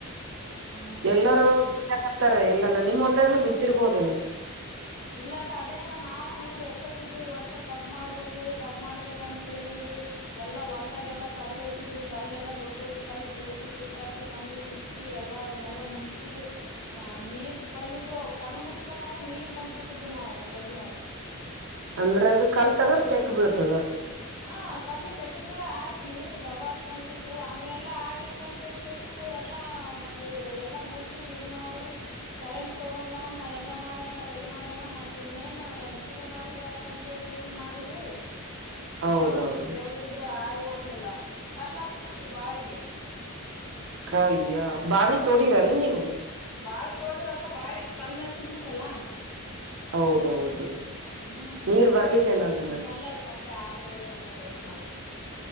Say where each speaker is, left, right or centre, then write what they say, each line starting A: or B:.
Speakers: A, on the left; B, on the right.
A: ಹ್ಮ್
B: ಎಲ್ಲರೂ ಬಿಕ್ ಹತಾರೆ ಎಲ್ಲಾನ ನಿಮ ಹೊಲ್ದಾಗ್ನನು ಬಿತ್ತಿರ್ಬೋದಲ್ಲಾ
A: ಇಲ್ಲಾಕ್ಕ ಅದೇ ನಮ್ ಮಾವನು ಎಷ್ಟೊತ್ತಿದ್ರಿ ವರ್ಷ ಕಬ್ ಮಾಡ್ಬೇಕು ಕಬ್ ಮಾಡ್ಬೇಕಂತ ಹೇಳಿ ಎಲ್ಲಾ ಹೊಲ್ದಾಗೆಲ್ಲಾ ಕಲ್ಲ ಎದ್ದಿದ್ದು ಕಲ್ಲೆಲ್ಲ ದೊಡ್ಡ ದೊಡ್ ಕಲ್ಲು ಜೇಸಿ ಬಿ ಈಟಾಚ ನಮ್ದು ಕಿತ್ಸಿ ಯಲ್ಲ ಅದ್ನೇಲ್ಲ ಮುಚ್ಚಿಸಿ ಹ ನೀರ್ ಬಂದಿದ್ದು ಕಲ್ಲು ಮುಚ್ಬೇಕಂದ್ರೆ ನೀರ್ ಬಂದ್ಬ ಬಿಟ್ಟಿದ್ದು ನೋಡಕ ತೆಂಗಿನಾಗ
B: ಅಂದ್ರ ಅದು ಕಲ್ ತಗ್ರ ತೆಕ್ ಬೀಳ್ತ ಅದು
A: ಹ ಕಲ್ಲು ತೆಗದ್ಗಳ ಆಯ್ತು ನೀರ್ ದಬಾಸ್ ಬಂದಿತ್ತು ಹಂಗೆಲ್ಲಾ ಆಗೇತಿ ಅಂತ <unintelligible> ಎಲ್ಲಾ ಮತ್ತೆ ಎಲ್ಲ ಮುಚ್ಚಿ ಇ ಮಾಡಿ ಕರೆಂಟ್ ತಗೊಂಡ. ಎಲ್ಲಾ ಮಾಡ್ಯನ ರೆಡಿ ಮಾಡ್ಯನ ಮತ್ ಇನ್ನೇನ್ ಶುರು ಮಾಡಿದ್ರ ಆಯ್ತಾ ಅಂತ ವಿಕೇಶನ್ ಮಾಡಿದ್ವಿ.
B: ಹೌದೌದು
A: ಏನ್ ಮಾಡ್ತ ದೇವ್ರ ಇದ್ರ ಆಯಗ್ ಓಡ್ಲಿಲ್ಲ ಕಲ್ಲ ಹತ್ತಿ ಬಿಡ್ತು ಬಾವಿಗೆ
B: ಕೌಯ ಬಾವೀ ತೋಡಿ ರನ್ನ ನೀವು
A: ಬಾವಿ ತೋಡಿವಕ್ಕ ಬಾವಿ ಕಲ್ಲತ್ತಿ ಬಿಡ್ತಲ್ಲಾ
B: ಹೌದೌದು
A: ಹ್ಮ್
B: ನೀರ್ ಬರಲಿಲ್ಲ ಏನ ಅದನ್ನ
A: ಕಲ್ಲದೆ ಮತ್ತೆ ಆಗ್ಲೇ ಇಲ್ಲ ನೋಡ್ ಏನ್ ಮಾಡ್ತವಿ